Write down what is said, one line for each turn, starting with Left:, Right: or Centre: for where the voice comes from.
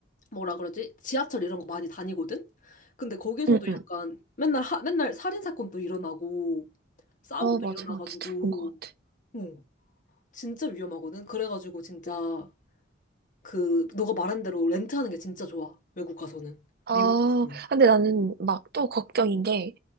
Left: 뭐라 그러지? 지하철 이런 거 많이 다니거든? 근데 거기서도
Right: 응,
Left: 음.
Right: 응.
Left: 약간 맨날 하, 맨날 살인 사건도 일어나고 싸움도
Right: 어, 맞아,
Left: 일어나가지고
Right: 맞아. 들어본 것 같아.
Left: 응, 진짜 위험하거든. 그래가지고 진짜 그 너가 말한 대로 렌트하는 게 진짜 좋아. 외국 가서는.
Right: 아,
Left: 미국 가서는.
Right: 근데 나는 막 또 걱정인 게,